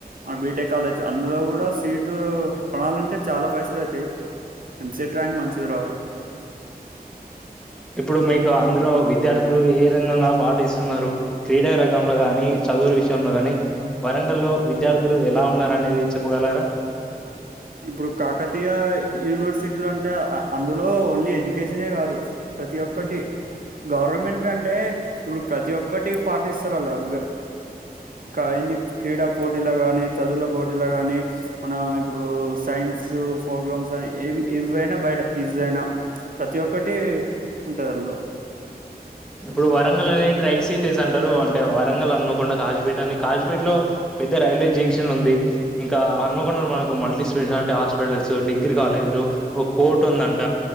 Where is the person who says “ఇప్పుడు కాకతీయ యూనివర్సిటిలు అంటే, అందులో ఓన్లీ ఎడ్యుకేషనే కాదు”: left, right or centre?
Right